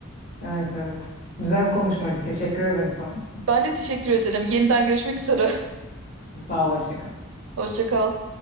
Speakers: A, on the left; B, on the right.
A: Evet evet. Güzel bir konuşmaydı. Teşekkür ederim sana.
B: Ben de teşekkür ederim. Yeniden görüşmek üzere.
A: Sağ ol, hoşça kal.
B: <laughs> Hoşça kal.